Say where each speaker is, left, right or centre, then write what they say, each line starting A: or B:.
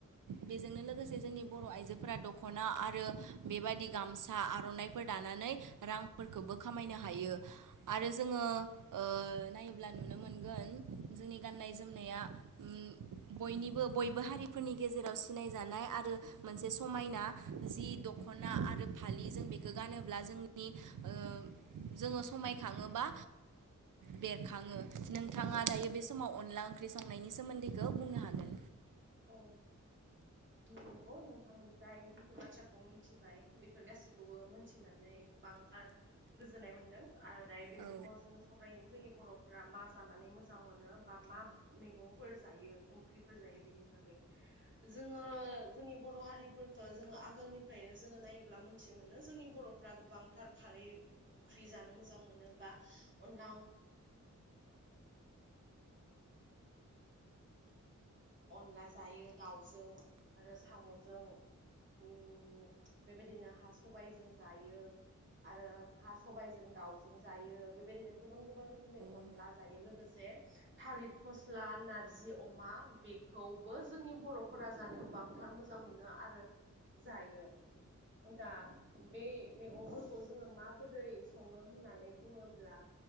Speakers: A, on the right (about 85°); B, on the right (about 40°).
A: बेजोंनो लोगोसे जोंनि बर' आइजोफोरा दख'ना आरो बेबायाददि गामसा आर'नाइफोर दानानै रांफोरखौबो खामायनो हायो। आरो जोङो ओ नायोब्ला अब्ला नुनो मोनगोन जोंनि गाननाय जोमनाया उम। बयनिबो बयबो हारिफोरनि गेजेराव सिनायजानाय आरो मोनसे समायना जि खना आरो फालि जों बेखौ गानोब्ला जोंनि ओ जोङो समायखाङोबा बेरखाङो नोंथाङा दायो बे समाव अने अनला ओंख्रि संनायनि सोमोन्दैखौ बुंनो हागोन।
B: औ नंगौ नोंथांनिफ्राय जफोर बाथ्राखौ मिथिबाय बेफोर गासैखौबो मोनथिनानै गोबांथार गोजोननाय मोनदों आरो दायो बे
A: औ
B: समाव जोङो सावरायनि जोंनि बर' फोर मा जानानै मोजां मोनो बा मा मैगंफोर जायो ओंख्रिफोर जायो बेनि जोङो जोंनि बर' हारिफोरखौ जोङो आगोलनिफ्रायनो जोङो नायोब्ला मोन जोंनि बर'फोरा गोबांथार खारै ओंख्रि जानो मोजां मोन बा अनला <unintelligible> अला जायो दाावजों आरो साम'जों उ बेबायदिनो हा सबायजों जायो। आरो हा सबाइजों दाउजों जायो बेबायदिनो गुबुन गुबुन रोखोमनि अनला
A: औ
B: जायो लोगोसे थालिर फस्ला, नारजि अमा बे खौबो जोंनि बर'फोरा जानो गोबांथार मोजां मोनो आरो जायो। दा बै मैगंफोरखौ जोङो माबोरै सङो होननानै बुङोब्ला